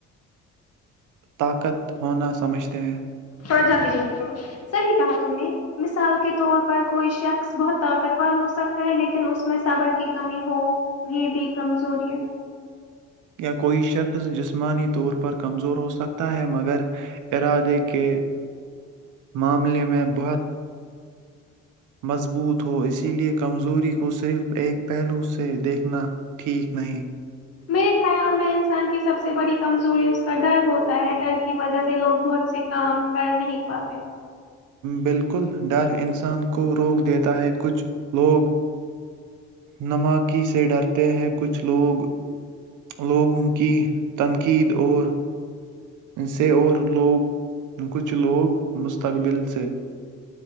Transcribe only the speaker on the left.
تھوڑا جلدی جلدی پڑو صحیح کہا تم نے مثال کے طور پر کوئی شخص بہت طاقتور ہو سکتا ہے لیکن اس میں صبر کی کمی ہو یہ بھی کمزوری ہے
میرے خیال میں انسان کی سب سے بڑی کمزوری اس کا ڈر ہوتا ہے ڈر کی وجہ سے لوگ بہت سے کام کر نہیں پاتے